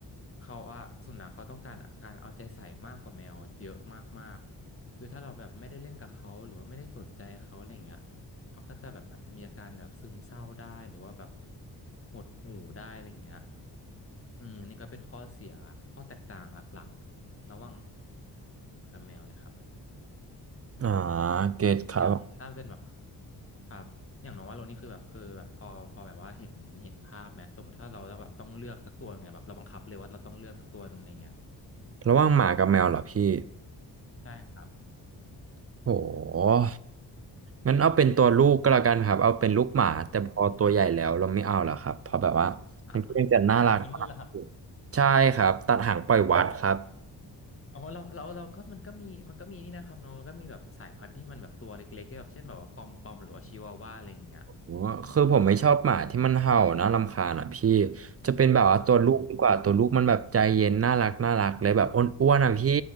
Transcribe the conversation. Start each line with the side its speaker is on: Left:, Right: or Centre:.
Left: เขาอะสุนัขเขาต้องการการเอาใจใส่มากกว่าแมวเยอะมากๆคือถ้าเราแบบไม่ได้เล่นกับเขาหรือว่าไม่ได้สนใจเขาอะไรเงี้ยเขาก็จะแบบอาจจะมีอาการแบบซึมเศร้าได้หรือว่าแบบหดหู่ได้อะไรเงี้ยอืมอันนี่ก็เป็นข้อเสียข้อแตกต่างหลักๆระหว่างหมากับแมวเลยครับ
Right: อ่าเกตครับ
Left: อย่างถ้าเป็นแบบครับอย่างน้องว่าโรนี่คือแบบคือแบบพอพอแบบว่าเห็นเห็นภาพไหมสมมติถ้าเราแบบต้องเลือกสักตัวไงแบบเราบังคับเลยว่าเราต้องเลือกสักตัวหนึงอะไรเงี้ย
Right: ระหว่างหมากับแมวเหรอพี่
Left: ใช่ครับ
Right: โหงั้นเอาเป็นตัวลูกก็แล้วกันครับเอาเป็นลูกหมาแต่พอตัวใหญ่แล้วเราไม่เอาหรอกครับเพราะแบบว่ามันก็ยังจะน่ารัก
Left: <laughs> อ่ะอ่ะเราทิ้งเลยเหรอ
Right: อยู่ใช่ครับตัดหางปล่อยวัดครับ
Left: อ๋อเราเราเราก็มันก็มีมันก็มีนี่นะครับน้องมันก็มีแบบสายพันธุ์ที่มันแบบตัวเล็กๆแบบเช่นแบบว่าปอมปอมหรือว่าชิวาว่าอะไรอย่างเงี้ย
Right: โหคือผมไม่ชอบหมาที่มันเห่านะรำคาญอ่ะพี่จะเป็นแบบว่าตัวลูกดีกว่าตัวลูกมันแบบใจเย็นน่ารักน่ารักเลยแบบอ้วนๆอ่ะพี่
Left: อืม